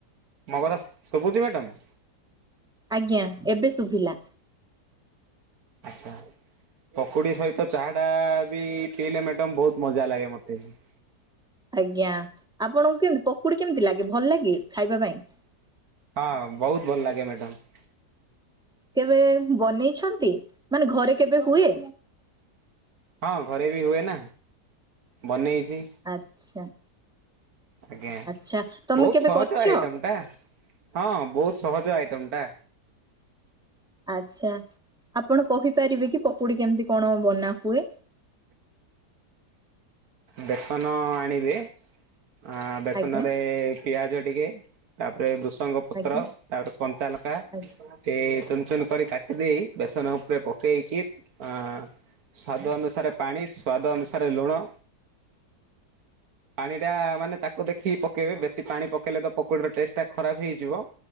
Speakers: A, on the right; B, in the centre.
A: ମ କଥା ସୁଭୁଛି ମ୍ୟାଡ଼ାମ୍?
B: ଆଜ୍ଞା ଏବେ ଶୁଭିଲା।
A: ଆଚ୍ଛା। ପକୁଡି ସହିତ ଚାହା ଟା ବି ପିଇଲେ ମ୍ୟାଡ଼ମ ବହୁତ ମଜା ଲାଗେ ମତେ ବି
B: ଆଜ୍ଞା ଆପଣଙ୍କୁ କେମତି ପକୁଡି କେମିତି ଲାଗେ ଭଲ ଲାଗେ ଖାଇବା ପାଇଁ?
A: ହଁ ବହୁତ ଭଲ ଲାଗେ ମ୍ୟାଡ଼ମ୍।
B: କେବେ ବନେଇଛନ୍ତି, ମାନେ ଘରେ କେବେ ହୁଏ?
A: ହଁ ଘରେ ବି ହୁଏ ନା ବନେଇଛି।
B: ଆଚ୍ଛା
A: ଆଜ୍ଞା
B: ଆଚ୍ଛା ତମେ
A: ବହୁତ୍
B: କେବେ
A: ସହଜ
B: କରିଚ?
A: ଆଇଟମ ଟା। ହଁ ବହୁତ ସହଜ ଆଇଟମ ଟା।
B: ଆଚ୍ଛା ଆପଣ କହିପାରିବେ କି ପକୁଡି କେମିତି କଣ ବନା ହୁଏ?
A: ବେସନ ଆଣିବେ ଆ ବେସନ
B: ଆଜ୍ଞା
A: ରେ ପିଆଜ ଟିକେ ତାପରେ ବୃଷଙ୍ଗ ପତ୍ର
B: ଆଜ୍ଞା
A: ତାପରେ କଞ୍ଚାଲଙ୍କା
B: ଆଜ୍ଞା।
A: କେ ଚୁନ ଚୁନ କରି କାଟି ଦେଇ ବେସନ ଉପରେ ପକେଇକି ଆଁ ସ୍ଵାଦ ଅନୁସାରେ ପାଣି ସ୍ଵାଦ ଅନୁସାରେ ଲୁଣ ପାଣି ଟା ମାନେ ତାକୁ ଦେଖିକି ପକେଇବେ ବେଶୀ ପାଣି ପକେଇଲେ ତ ପକୋଡିର ଟେଷ୍ଟ ଟା ଖରାପ ହେଇଯିବ।